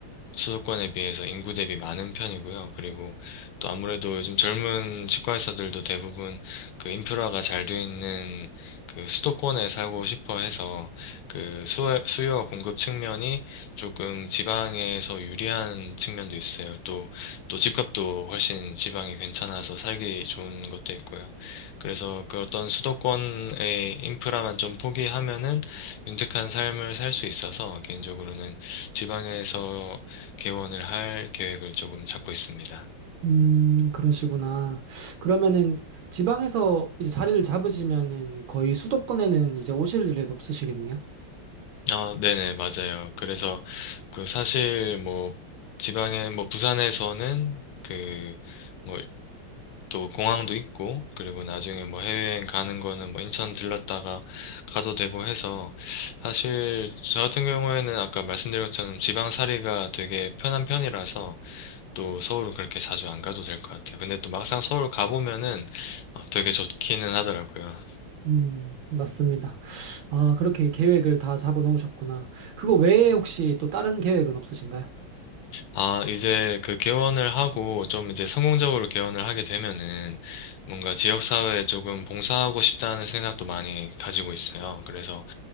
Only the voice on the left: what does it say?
수도권에 비해서 인구 대비 많은 편이고요. 그리고 또 아무래도 요즘 젊은 치과 의사들도 대부분 그 인프라가 잘 돼 있는 그 수도권에 살고 싶어 해서 그 수요, 수요와 공급 측면이 조금 지방에서 유리한 측면도 있어요. 또, 또 집값도 훨씬 지방이 괜찮아서 살기 좋은 것도 있고요. 그래서 그 어떤 수도권의 인프라만 좀 포기하면은 윤택한 삶을 살 수 있어서 개인적으로는 지방에서 개원을 할 계획을 조금 잡고 있습니다.
어, 네네, 맞아요. 그래서 그 사실 뭐 지방에 뭐 부산에서는 그 뭐 또 공항도 있고 그리고 나중에 뭐 해외여행 가는 거는 뭐 인천 들렀다가 가도 되고 해서 사실 저 같은 경우에는 아까 말씀드린 것처럼 지방살이가 되게 편한 편이라서 또 서울은 그렇게 자주 안 가도 될 것 같아요. 근데 또 막상 서울 가보면은 어, 되게 좋기는 하더라고요.
아, 이제 그 개원을 하고 좀 이제 성공적으로 개원을 하게 되면은 뭔가 지역사회에 조금 봉사하고 싶다는 생각도 많이 가지고 있어요. 그래서